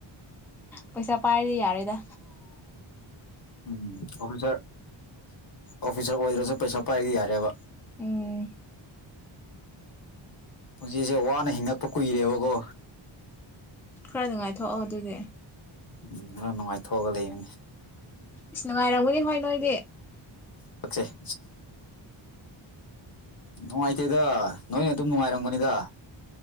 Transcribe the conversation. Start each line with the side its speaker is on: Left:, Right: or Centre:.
Centre: ꯄꯩꯁꯥ ꯄꯥꯏꯔꯗꯤ ꯌꯥꯔ‌ꯦꯗ
Left: ꯎꯝ ꯑꯣꯐꯤꯁꯥꯔ ꯑꯣꯐꯤꯁꯥꯔ ꯑꯣꯏꯗ꯭ꯔꯁꯨ ꯄꯩꯁꯥ ꯄꯥꯏꯔꯗꯤ ꯌꯥꯔꯦꯕ
Centre: ꯎꯝ
Left: ꯍꯧꯖꯤꯛꯁꯦ ꯋꯥꯅ ꯍꯤꯡꯒꯠꯄ ꯀꯨꯏꯔꯦꯕꯀꯣ
Centre: ꯈꯔꯗꯤ ꯉꯥꯏꯊꯣꯛꯑꯣ ꯑꯗꯨꯗꯤ
Left: ꯎꯝ ꯈꯔ ꯅꯨꯡꯉꯥꯏꯊꯣꯛꯑꯒ ꯂꯩꯕꯅꯦ
Centre: ꯏꯁ ꯅꯨꯡꯉꯥꯏꯔꯝꯒꯅꯤ ꯍꯣꯏ ꯅꯣꯏꯗꯤ
Left: ꯄꯆꯦ <inaudible> ꯅꯨꯡꯉꯥꯏꯇꯦꯗ ꯅꯣꯏꯅ ꯑꯗꯨꯝ ꯅꯨꯡꯉꯥꯏꯔꯝꯒꯅꯤꯗ